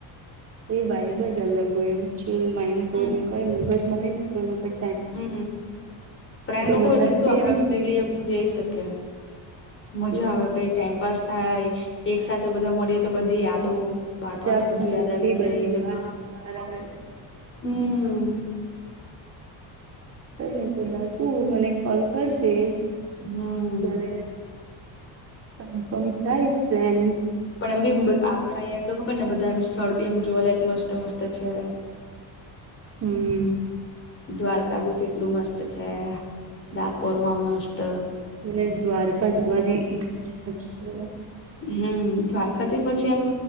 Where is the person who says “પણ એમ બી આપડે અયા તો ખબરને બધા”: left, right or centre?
Left